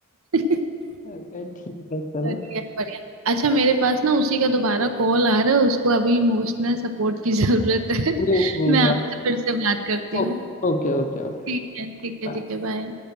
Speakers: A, on the right; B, on the left.
A: हम्म। <laughs>
B: मैंने कहा, ठीक है चलो
A: बढ़िया बढ़िया अच्छा मेरे पास ना उसी का दोबारा कॉल आ रहा है उसको अभी इमोशनल सपोर्ट की जरूरत है <laughs>
B: नहीं नहीं
A: मैं आपसे फिर से बात करती
B: ओ-
A: हूँ
B: ओके ओके ओके
A: ठीक है ठीक है
B: बाय
A: ठीक है बाय